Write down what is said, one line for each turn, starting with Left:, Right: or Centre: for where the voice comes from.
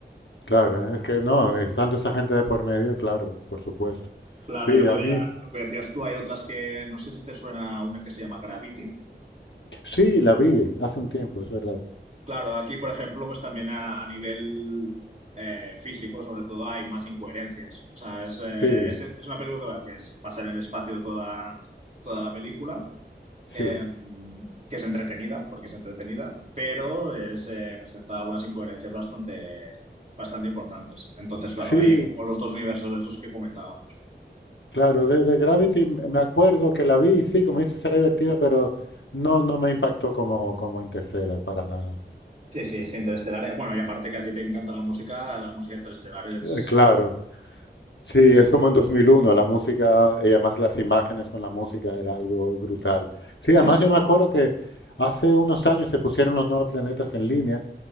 Left: Claro, es que no, estando esa gente de por medio, claro, por supuesto.
Right: Claro,
Left: Sí,
Right: y luego
Left: a mí,
Right: ya lo que decías tú, hay otras que no sé si te suena una que se llama Gravity.
Left: sí, la vi hace un tiempo, es verdad.
Right: Claro, aquí, por ejemplo, pues también a, a nivel eh, físico, sobre todo, hay más incoherencias. O sea, es, eh,
Left: Sí,
Right: es, es una película que es, pasa en el espacio toda, toda la película,
Left: sí,
Right: eh, que es entretenida, porque es entretenida, pero es, eh, presenta algunas incoherencias bastante, bastante importantes. Entonces, claro,
Left: sí,
Right: hay como los dos universos esos que comentábamos.
Left: claro, de, de Gravity me me acuerdo que la vi, sí, como dices, era divertida, pero no, no me impactó como, como Interstellar para nada.
Right: Sí, sí, es que Interestelar. Bueno, y aparte que a ti te encanta la música, la música de Interestelar es,
Left: Eh, Claro, sí,
Right: es
Left: es
Right: increíble.
Left: como en 2001, la música y además las imágenes con la música era algo brutal. Sí, además
Right: Sí, sí.
Left: yo me acuerdo que hace unos años se pusieron los nuevos planetas en línea